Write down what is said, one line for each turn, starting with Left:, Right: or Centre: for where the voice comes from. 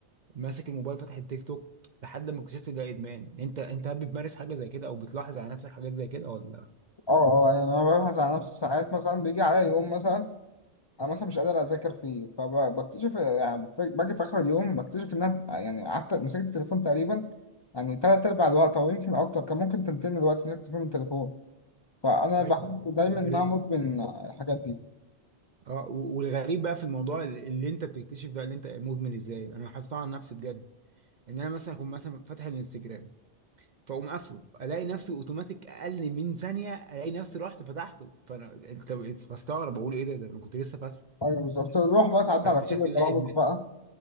Right: ماسك الموبايل فاتح التيك توك لحد ما اكتشفت ده ادمان انت انت هل بتمارس حاجه زي كده او بتلاحظ على نفسك حاجات زي كده ولا
Left: اه اه يعني انا ببحث عن نفسي ساعات مثلا بيجي عليا يوم مثلا انا مثلا مش قادر اذاكر فيه فبكتشف يعني في- باجي في اخر اليوم بكتشف ان انا يعني قعدت مسكت التليفون تقريبا يعني تلات ارباع الوقت او يمكن اكتر كان ممكن تلتين الوقت مسكت فيه من التليفون فانا
Right: ايوه
Left: بحس
Right: دي
Left: دايما
Right: حاجه
Left: ان
Right: غريبه
Left: انا مدمن الحاجات دي
Right: اه و- والغريب بقى في الموضوع اللي اللي انت بتكتشف بقى اللي انت مدمن ازاي انا لاحظتها على نفسي بجد ان انا مثلا اكون مثلا فاتح الانستجرام فاقوم قافله الاقي نفسي اوتوماتيك اقل من ثانيه الاقي نفسي رحت فتحته فانا انت بستغرب بقول ايه ده ده انا كنت لسه فاتحه
Left: ايوه بالظبط تروح بقى تعدي
Right: فاكتشفت
Left: على كل
Right: إن
Left: البرامج
Right: ده ادمان
Left: بقى